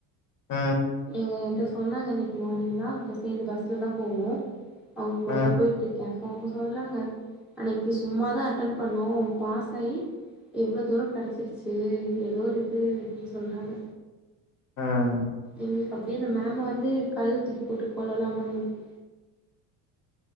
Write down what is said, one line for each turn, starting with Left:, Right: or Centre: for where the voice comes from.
Left: ம்
Centre: நீங்க என்கிட்ட சொன்னாங்க இன்னிக்கி மார்னிங் தா சேந்து பஸ்ல தா போகனு அவுங்க கூட
Left: ம்
Centre: தா போய்ட்டுருக் அப்போ அவுங்க சொல்றாங்க அன்னிக்கி சும்மாதா அட்டன் பண்ணோ பாஸ் ஆயி இவ்ளோ தூர கெடைச்சிருச்சி எதோ ஒரு இது அப்டின் சொல்றாங்க
Left: ம்
Centre: எங்களுக்கு அப்டியே அந்த மேம வந்து கல்லு தூக்கி போட்டு கொல்லலாமானுருக்கு